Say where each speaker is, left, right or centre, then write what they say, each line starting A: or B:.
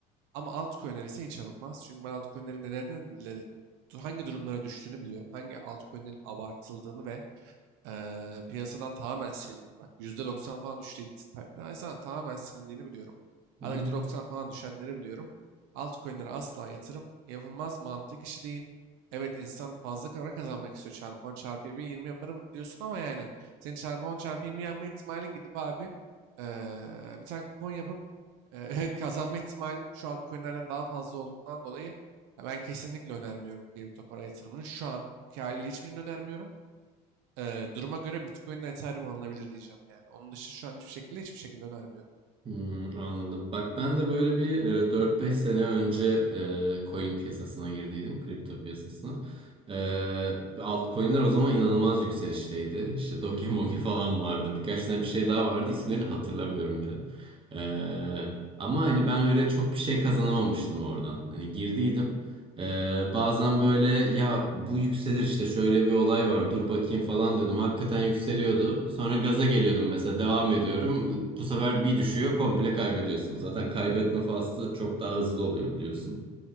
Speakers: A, on the right (about 80°); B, on the right (about 30°).
A: Ama altcoin'ler ise hiç alınmaz. Çünkü ben altcoin'lerin nelerden neleri, hangi durumlara düştüğünü biliyorum. Hangi altcoin'lerin abartıldığını ve eee, piyasadan tamamen silindiğini bak %90 falan düştü pi- piyasadan tamamen silindiğini biliyorum.
B: hı.
A: Hatta %90 falan düşenleri biliyorum. Altcoin'lere asla yatırım yapılmaz mantık işi değil. Evet insan fazla para kazanmak istiyor. Çarpı 10 çarpı 20 20 yaparım diyorsun ama yani senin çarpı 10 çarpı 20 yapma ihtimalin gidip abi eee, bir tane kupon yapıp eee, <laughs> kazanma ihtimalin şu altcoin'lerden daha fazla olduğundan dolayı ya ben kesinlikle önermiyorum kripto para yatırımını. Şu anki haliyle hiçbirini önermiyorum. Ee, duruma göre Bitcoin ile Ethereum alınabilir diyeceğim yani. Onun dışı şu an hiçbir şekilde hiçbir şekilde önermiyorum.
B: Hmm, anladım. Bak ben de böyle bir e, 4-5 sene önce e, coin piyasasına girdiydim. Kripto piyasasına. E, altcoin'ler o zaman inanılmaz yükselişteydi. İşte Doge Moge <laughs> falan vardı. Birkaç tane bir şey daha vardı. İsimlerini hatırlamıyorum bile. E, ama hani ben öyle çok bir şey kazanamamıştım oradan. Hani girdiydim. Ee, bazen böyle ya bu yükselir işte şöyle bir olay var dur bakayım falan diyordum. Hakikaten yükseliyordu. Sonra gaza geliyordum mesela devam ediyorum. Bu sefer bir düşüyor komple kaybediyorsun. Zaten kaybetme faslı çok daha hızlı oluyor biliyorsun.